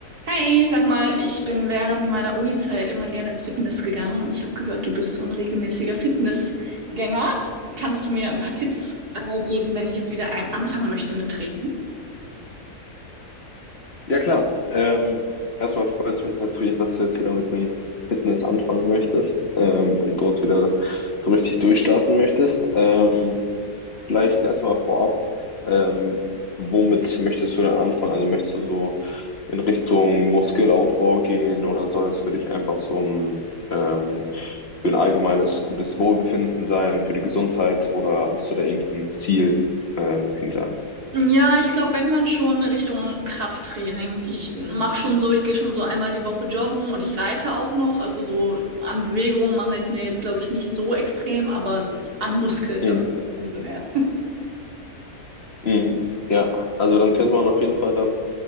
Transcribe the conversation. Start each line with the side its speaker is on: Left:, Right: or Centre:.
Right: Hi, sag mal, ich bin während meiner Unizeit immer gerne ins Fitness gegangen und ich habe gehört, du bist so ein regelmäßiger Fitnessgänger. Kannst du mir ein paar Tipps äh, geben, wenn ich jetzt wieder ein anfangen möchte mit Training?
Left: Ja klar. Ähm, erstmal freut es mich natürlich, dass du jetzt wieder mit dem Fitness anfangen möchtest ähm, und dort wieder so richtig durchstarten möchtest. Ähm, vielleicht erstmal vorab, ähm, womit möchtest du denn anfangen? Also möchtest du so in Richtung Muskelaufbau gehen oder soll es für dich einfach so ein, ähm, für ein allgemeines gutes Wohlbefinden sein, für die Gesundheit oder hast du da irgendein Ziel ähm, hinter?
Right: Ja, ich glaube, wenn dann schon Richtung Krafttraining. Ich mache schon so, ich gehe schon so einmal die Woche joggen und ich reite auch noch. Also so an Bewegungen mangelt es mir jetzt, glaube ich, nicht so extrem, aber an Muskeln
Left: Mhm.
Right: dafür umso mehr.
Left: Mhm. Ja, also dann könnte man auf jeden Fall dann